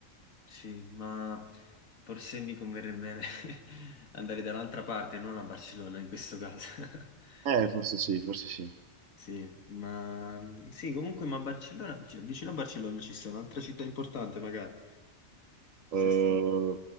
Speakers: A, on the left; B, on the right.
A: sì, ma forse mi converrebbe <laughs> andare dall'altra parte, non a Barcellona in questo caso. <laughs>
B: Eh, forse sì, forse sì.
A: Sì, ma sì, comunque, ma a Barcellona, cioè, vicino a Barcellona ci sono un'altra città importante, magari. Sì,
B: Eh,
A: sì.